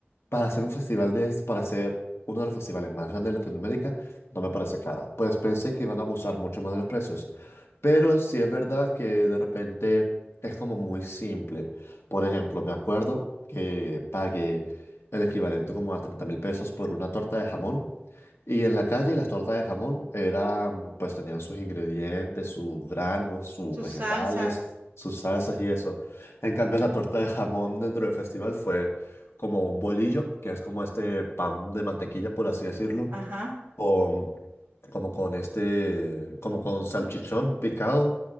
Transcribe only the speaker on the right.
sus
salsas.
Ajá.